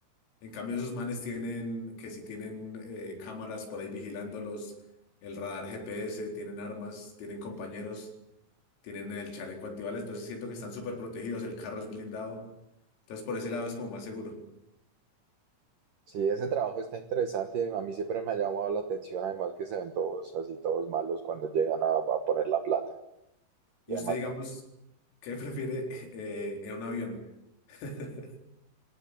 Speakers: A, on the left; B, on the right.
A: En cambio, esos manes tienen, que si tienen eh, cámaras por ahí vigilándolos, el radar GPS, tienen armas, tienen compañeros, tienen el chaleco antibalas, entonces siento que están súper protegidos, el carro es blindado. Entonces, por ese lado es como más seguro.
B: Sí, ese trabajo está interesante. A mí siempre me ha llamado la atención, además que se ven todos así, todos malos cuando llegan a, a poner la plata.
A: Y
B: Y además
A: usted, digamos, ¿qué prefiere <laughs> eh, en un avión? <laughs>